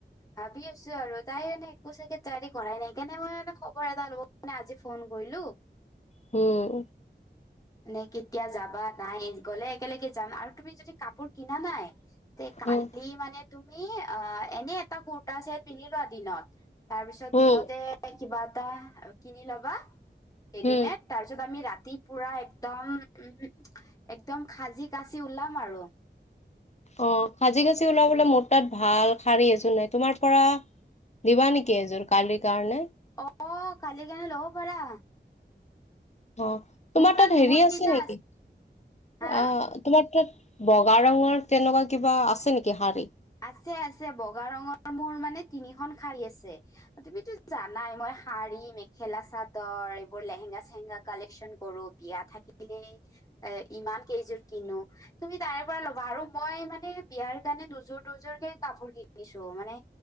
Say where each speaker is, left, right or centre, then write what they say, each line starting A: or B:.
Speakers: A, on the left; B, on the left.
A: ভাবি আছো আৰু তাই মানে একো চাগে তয়াৰী কৰাই নাই, সেইকাৰণে মই মানে খবৰ এটা লবৰ কাৰণে আজি ফোন কৰিলো। হেল্লো,
B: হুম,
A: নে কেতিয়া যাবা নাই গ'লে একেলগে যাম, আৰু তুমি যদি কাপোৰ কিনা নাই। তে কালি
B: উম
A: মানে তুমি অ', এনে এটা কুুৰ্তা চেট পিন্ধিলোৱা দিনত। তাৰ পিছত দিনতে
B: উম
A: কিবা এটা কিনি লবা। ৰেডিমেড
B: উম
A: তাৰপিছত আমি ৰাতি পুৰা একদম উম একদম খাজি কাচি ওলাম আৰু
B: অ, খাজি কাজি ওলাবলৈ মোৰ তাত ভাল শাৰী এযোৰ নাই তোমাৰ পৰা দিবা নেকি এযোৰ কালিৰ কাৰণে।
A: অ কালি কাৰণে লব পাৰা।
B: অ,
A: মোৰ
B: তোমাৰ তাত
A: বহুত
B: হেৰি আছে
A: কেইটা
B: নেকি?
A: হা
B: অ তোমাৰ তাত বগা ৰঙৰ তেনেকুৱা কিবা আছে নেকি শাৰী।
A: আছে আছে বগা ৰঙৰ মোৰ মানে তিনিখন শাৰী আছে। তুমিতো জানাই মই শাৰী মেখেলা চাদৰ এইবোৰ লেহেঙা চেহেগা কালেকচন কৰো বিয়া থাকিলেই এ ইমান কেইযোৰ কিনো তুমি তাৰে পৰা ল'বা আৰু মই মানে বিয়াৰ কাৰণে দুযোৰ দুযোৰকে কাপোৰ কিনিছো মানে